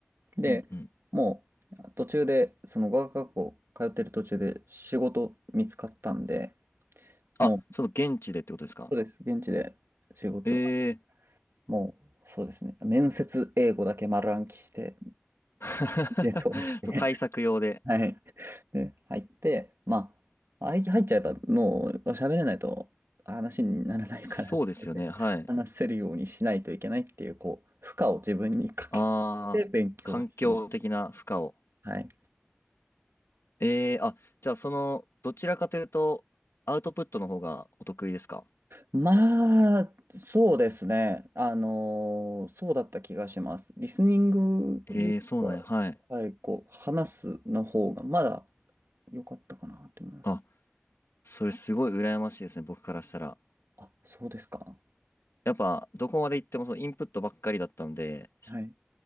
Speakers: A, on the right (about 70°); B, on the left (about 75°).
A: で、
B: うんうん。
A: もう、途中で、その語学学校通ってる途中で仕事見つかったんで、もう、
B: あ、その現地でってことですか
A: そうです、現地で仕事、
B: ええ
A: もう、そうですね、面接英語だけ丸暗記して、
B: ー。
A: で、通して、
B: <laughs> そう、対策用で。
A: <laughs> はい。で、入って、まあ、入入っちゃえばもう喋れないと話にならないから、
B: そうですよね。
A: それで話せるようにしないといけないっていう、
B: はい。
A: こう、負荷を自分にかけて勉強してます。
B: ああ、環境的な負荷を。
A: はい。
B: ええー、あ、じゃあその、どちらかというと、アウトプットの方がお得意ですか
A: まあ、そうですね。あのーそうだった気がします。リスニングよりは、
B: ええー、そうなんや。はい。
A: はい、こう、話すの方がまだ良かったかなと思います。
B: あそれすごい羨ましいですね、僕からしたら。
A: あ、そうですか。
B: やっぱ、どこまで行ってもそのインプットばっかりだったので、
A: はい。